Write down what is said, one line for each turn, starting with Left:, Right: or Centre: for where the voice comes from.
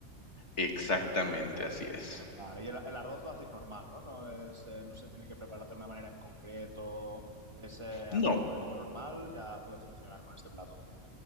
Left: Exactamente, así es.
Right: Vale, y el, el arroz lo hacéis normal, ¿no? No es, eh, no se tiene que preparar de una manera en concreto. Ese arroz
Left: No,
Right: blanco normal ya puede funcionar con este plato.